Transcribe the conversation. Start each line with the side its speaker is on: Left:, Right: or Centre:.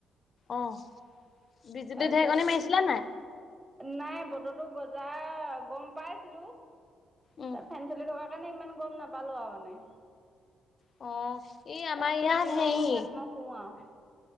Left: অ' বিজুলী
Right: তাৰপিছত
Left: ঢেৰেকনি মাৰিছিলে নাই।
Right: নাই বতৰটো গজা গম পাইছিলো তাত
Left: উম
Right: ফেন চলি থকা। সেইকাৰণে ইমান গম নাপালো আৰু মানে।
Left: অ' ই আমাৰ
Right: তাৰ বোলো
Left: ইয়াত
Right: যি
Left: হেৰি
Right: হয় হৈ থাক মই শুও আৰু।